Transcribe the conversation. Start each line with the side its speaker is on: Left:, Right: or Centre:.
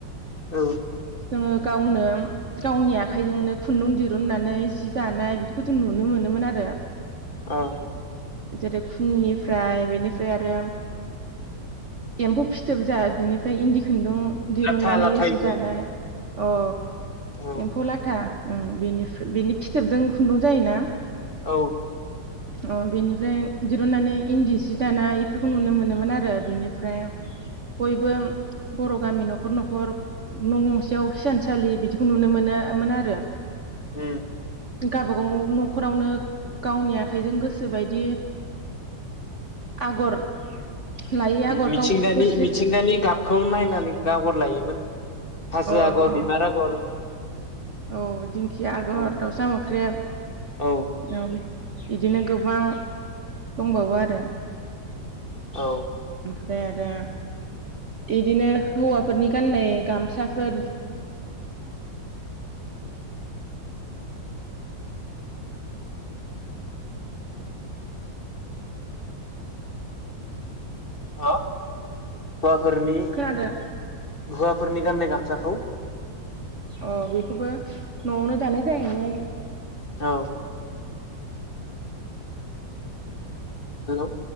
Left: औ
Right: ङो गावनो गावनि आखाइजोंनो खुन्दुं दिरुननानै जि दानाय बिदिखौ जों नुनो मोनोमोन आरो
Left: औ
Right: जेरै खुननिफ्राय बेनिफ्राय आरो एम्फौ फिथोब जा बिनिफ्राय <unintelligible> खुन्दुं दिरुननानै
Left: लाथा लाथा एम्फौ
Right: जि दानाय अ
Left: औ
Right: एम्फौ लाथा ओं बेनि फिथोबजों खुन्दुं जायो ना
Left: औ
Right: अ बेनिफ्राय दिरुनन्नानै इन्दि सि दाना बेफोरखौ नुनो मोनोमोन आरो बेनिफ्राय बयबो बर' गामि न'खर न'खर न' गंसेयाव हिसानसालि बिदिखौ नुनो मोनोमोन आरो
Left: उम
Right: गावबा गाव न'खरावनो गावनि आखाइजों गोसोबायदि आगर लायै आगर
Left: मिथिंगानि
Right: गाव गोसो
Left: मिथिंगानि गाबखौ खौ नायनानै गागर लायोमोन हाजो
Right: अ
Left: आगर
Right: अ
Left: बिबार आगर
Right: औ दिंखिया आगर
Left: औ
Right: दाउसा मोख्रेब
Left: औ
Right: औ बिदिनो गोबां दंबावो आरो
Left: औ
Right: ओमफ्राय आरो इदिनो हौवाफोरनि गाननाय गामसाफोर
Left: हेल हुवाफोरनि
Right: खोनादों
Left: हुवाफोरनि गाननाय गान खोथाखौ
Right: अ बेखौबो न'आवनो दानाय जायोमोन
Left: औ हेलौ